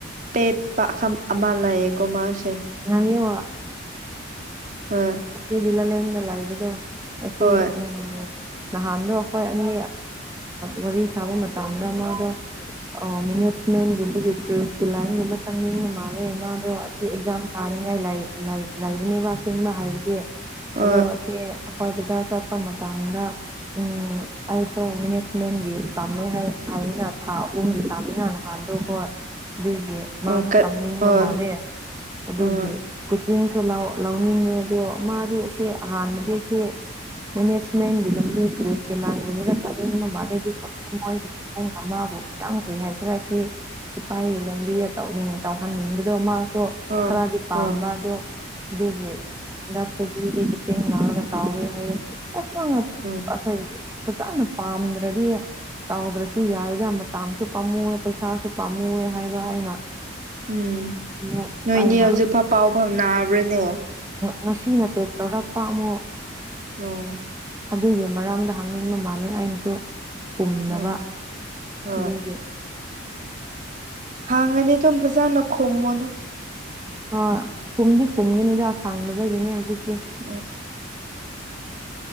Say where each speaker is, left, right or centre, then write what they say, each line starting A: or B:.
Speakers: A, on the right (about 40°); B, on the right (about 15°).
A: ꯄꯦꯠꯄ ꯑꯥꯀꯝ ꯇꯧ ꯑꯃ ꯂꯩꯌꯦꯀꯣ ꯃꯥꯁꯦ
B: ꯉꯥꯏꯌꯣ
A: ꯍꯣꯏ
B: ꯑꯁꯤ ꯂꯥꯂꯦꯟꯗ ꯂꯩꯕꯗꯣ ꯑꯁꯤ
A: ꯍꯣꯏ
B: ꯎꯝ ꯅꯍꯥꯟꯗꯣ ꯑꯩꯈꯣꯏ ꯑꯅꯤ ꯋꯥꯔꯤ ꯁꯥꯕ ꯃꯇꯝꯗ ꯃꯥꯗꯣ ꯑꯣ ꯃꯅꯦꯁꯃꯦꯟꯒꯨꯝꯕꯒꯤ ꯀꯔꯦꯁꯀꯤ ꯂꯥꯏꯟꯒꯨꯝꯕ ꯆꯪꯅꯤꯡꯕ ꯃꯥꯜꯂꯦ ꯃꯥꯗꯣ ꯑꯗꯣ ꯑꯁꯤ ꯑꯦꯛꯖꯥꯝ ꯊꯥꯅꯤꯡꯉꯥꯏ ꯂꯩ ꯂꯩꯕꯅꯦꯕ ꯃꯥꯁꯦ ꯃꯥ ꯍꯥꯏꯕꯗꯤ
A: ꯍꯣꯏ
B: ꯆꯦ ꯍꯣꯏ ꯚꯖꯥꯔ ꯆꯠꯄ ꯃꯇꯝꯗ ꯎꯝ ꯑꯩꯁꯨ ꯃꯦꯅꯦꯖꯃꯦꯟꯒꯤ ꯄꯥꯝꯃꯦ ꯍꯥꯏꯌꯦꯅ ꯊꯥ ꯑꯍꯨꯝꯒꯤ ꯄꯥꯝꯃꯤꯅꯅ ꯀꯥꯟꯗꯨ ꯍꯣꯏ ꯑꯗꯨꯒꯤ
A: ꯑꯣ
B: ꯃꯥꯁꯨ
A: ꯀ
B: ꯇꯝꯅꯤꯡꯕ
A: ꯍꯣꯏ
B: ꯃꯥꯜꯂꯦ ꯑꯗꯨꯒꯤ
A: ꯍꯣꯏ
B: ꯀꯨꯆꯤꯡꯁꯨ ꯂꯧꯅꯤꯡꯉꯦ ꯑꯗꯣ ꯃꯥꯗꯤ ꯁꯤ ꯑꯍꯥꯟꯕꯗꯤ ꯁꯤ ꯃꯦꯅꯦꯖꯃꯦꯟꯒꯤ ꯂꯝꯕꯤ ꯀꯔꯦꯁꯀꯤ ꯂꯥꯏꯟꯒꯨꯝꯕꯗ ꯆꯠꯅꯤꯡꯕ ꯃꯥꯜꯂꯦ ꯑꯗꯨ ꯑꯣꯏꯁꯨ ꯃꯣꯏꯒꯤ ꯏꯃꯨꯡ ꯑꯃꯕꯨ ꯀꯌꯥꯝ ꯀꯔꯤ ꯍꯥꯏꯖꯁꯤꯔ ꯑꯁꯤ ꯁꯤꯐꯥꯏꯒꯤ ꯂꯝꯕꯤꯗ ꯇꯧꯅꯤꯡ ꯇꯧꯍꯟꯅꯤꯡꯕꯗꯣ ꯃꯥꯁꯨ
A: ꯍꯣꯏ
B: ꯈꯔꯗꯤ ꯄꯥꯝꯕ
A: ꯍꯣꯏ
B: ꯑꯗꯣ ꯑꯗꯨꯒꯤ ꯍꯟꯗꯛ ꯆꯍꯤꯗꯤ ꯀꯣꯆꯤꯡ ꯌꯥꯎꯔꯒ ꯇꯧꯒꯦ ꯍꯥꯏꯌꯦ <unintelligible>
A: ꯎꯝ
B: ꯐꯖꯥꯅ ꯄꯥꯝꯗ꯭ꯔꯗꯤ ꯇꯧꯗ꯭ꯔꯁꯨ ꯌꯥꯏꯗ ꯃꯇꯝꯁꯨ ꯄꯥꯝꯃꯨ ꯄꯩꯁꯥꯁꯨ ꯄꯥꯝꯃꯨꯌꯦ ꯍꯥꯏꯕ ꯑꯩꯅ
A: ꯎꯝ
B: ꯑꯃꯨꯛ
A: ꯅꯣꯏꯅꯦ
B: ꯑꯩꯅ
A: ꯍꯧꯖꯤꯛꯐꯥꯎ ꯄꯥꯎ ꯐꯥꯎꯅꯕ꯭ꯔꯅꯦ
B: ꯉꯁꯤ ꯅ ꯇꯦꯛ ꯇꯧꯔꯛꯄ ꯑꯃꯨꯛ
A: ꯑꯣ
B: ꯑꯗꯨꯒꯤ ꯃꯔꯝꯗ ꯍꯪꯅꯤꯡꯕ ꯃꯥꯜꯂꯦ ꯑꯩꯅꯁꯨ ꯄꯨꯝꯅꯕ
A: ꯎꯝ ꯍꯣꯏ
B: ꯑꯗꯨꯒꯤ
A: ꯍꯥꯡꯉꯅꯤ ꯑꯗꯨꯝ ꯐꯖꯅ ꯈꯨꯝꯃꯣꯗ
B: ꯍꯣꯏ ꯈꯨꯝꯗꯤ ꯈꯨꯝꯒꯤꯅꯤꯗ ꯁꯥꯡꯗꯅꯕꯒꯤꯅꯤ ꯍꯧꯖꯤꯛꯇꯤ
A: ꯎꯝ